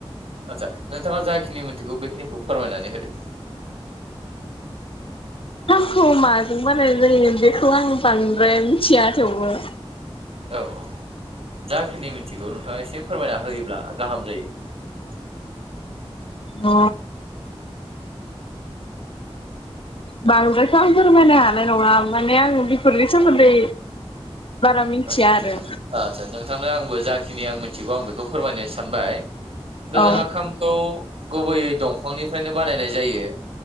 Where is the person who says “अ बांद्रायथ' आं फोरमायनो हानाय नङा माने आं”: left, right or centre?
Left